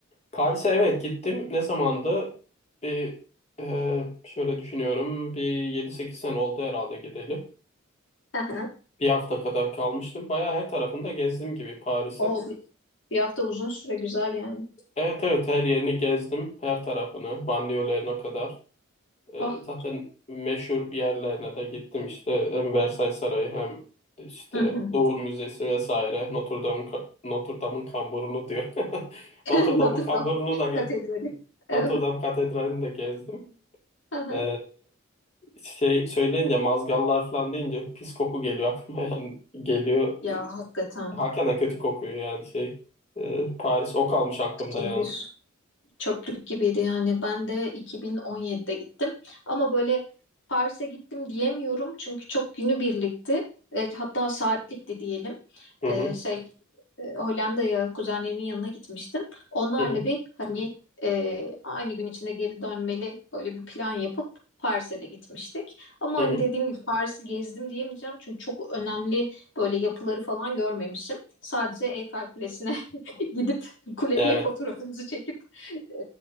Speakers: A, on the left; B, on the left.
A: Paris'e evet gittim. Ne zamandı? Bir e, şöyle düşünüyorum. Bir yedi sekiz sene oldu herhalde gideli.
B: Hı hı.
A: Bir hafta kadar kalmıştım. Bayağı her tarafında gezdim gibi Paris'in.
B: O bir, bir hafta uzun süre güzel yani.
A: Evet evet her yerini gezdim. Her tarafını, banliyölerine kadar. E,
B: Oh.
A: zaten meşhur yerlerine de gittim işte hem Versailles Sarayı hem işte
B: Hı hı.
A: Louvre Müzesi vesaire. Notre Dame'ın ka- Notre Dame'ın kamburunu diyor. <laughs>
B: <laughs>
A: Notre
B: Notre
A: Dame'ın kamburunu
B: Dame
A: da ge-
B: Katedrali. Evet.
A: Notre Dame Katedrali'ni de gezdim.
B: <laughs>
A: E, şey söyleyince mazgallar falan deyince pis koku geliyor aklıma <laughs> yani geliyor.
B: Ya
A: E,
B: hakikaten.
A: Hakikaten kötü kokuyor yani şey. E, Paris o kalmış aklımda
B: Şehir.
A: yani.
B: çöplük gibiydi yani. Ben de 2017'de gittim. Ama böyle Paris'e gittim diyemiyorum çünkü çok günübirlikti. Evet, hatta saatlikti diyelim.
A: Hı
B: Ee,
A: hı,
B: şey e, Hollanda'ya kuzenlerimin yanına gitmiştim. Onlarla
A: hı hı,
B: bir hani e, aynı gün içinde geri dönmeli böyle bir plan yapıp Paris'e de gitmiştik. Ama
A: hı
B: hani
A: hı.
B: dediğim gibi Paris'i gezdim diyemeyeceğim çünkü çok önemli böyle yapıları falan görmemişim. Sadece Eyfel Kulesi'ne <laughs> gidip kuleyle
A: Evet.
B: fotoğrafımızı çekip e,